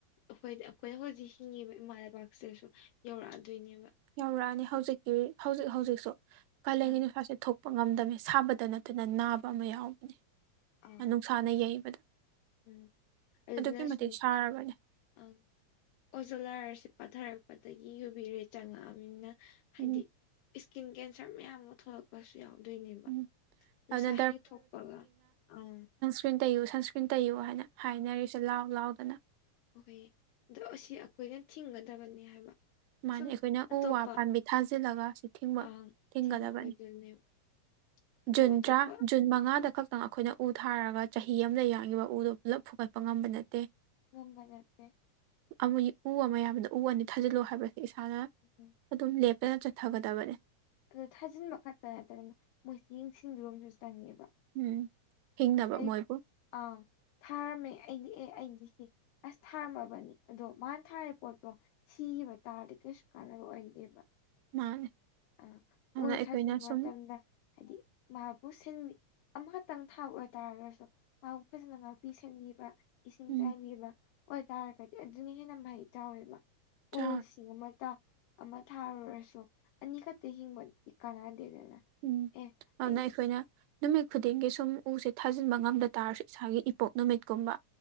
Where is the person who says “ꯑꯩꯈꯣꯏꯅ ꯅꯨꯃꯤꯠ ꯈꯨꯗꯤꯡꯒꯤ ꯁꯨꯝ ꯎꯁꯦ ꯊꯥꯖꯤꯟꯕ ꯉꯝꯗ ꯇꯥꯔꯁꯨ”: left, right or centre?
Right